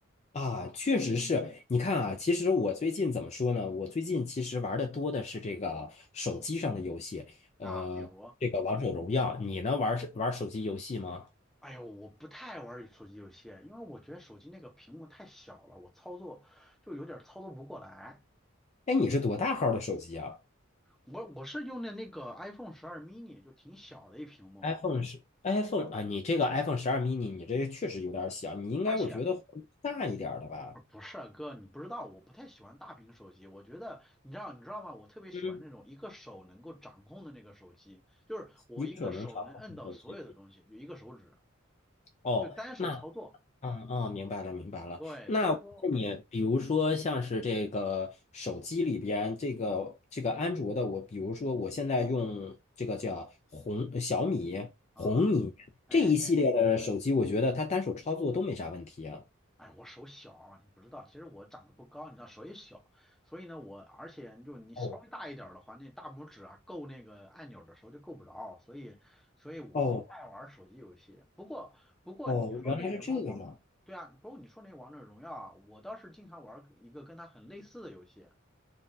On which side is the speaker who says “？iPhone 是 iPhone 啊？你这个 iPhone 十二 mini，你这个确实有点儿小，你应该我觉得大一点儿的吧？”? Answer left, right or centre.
Left